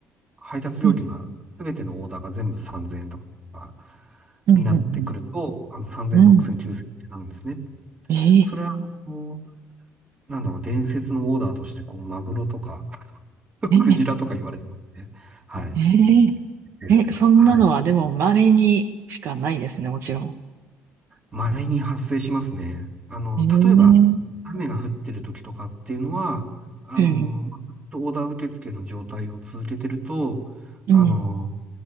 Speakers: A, on the right; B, on the right.
A: 配達料金が全てのオーダーが全部3000円とか
B: うん、うん、
A: になってくると、
B: うん。
A: あの3000、
B: うん
A: 6000、9000ってなるんですね。
B: ええ、
A: それはあの、なんだろう、伝説のオーダーとしてこうマグロとか <laughs>
B: ええ、
A: クジラとか言われてますね。はい。
B: ええ、
A: ですでは。
B: えそんなのはでも稀にしかないですね、
A: はい。
B: もちろん。
A: 稀に発生しますね。あの、
B: うん、
A: 例えば、雨が降ってる時とかっていうのは、あの、
B: え
A: ずっとオーダー受付の状態を続けてると、
B: うん、
A: あの、
B: うん、